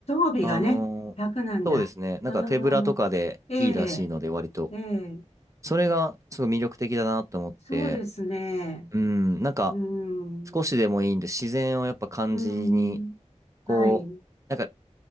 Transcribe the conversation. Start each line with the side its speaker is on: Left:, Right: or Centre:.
Left: 備がね、
Right: あのーそうですね。
Left: 楽なんだ。
Right: なんか手ぶらとかでいいらしいので、
Left: ああ、ええ、
Right: 割と。
Left: ええ、
Right: それがすごい魅力的だなと思って、
Left: そうですね。
Right: うん、なんか
Left: うん、
Right: 少しでもいいんで、自然をやっぱ感じに、
Left: うん、
Right: こう、
Left: はい、
Right: なんか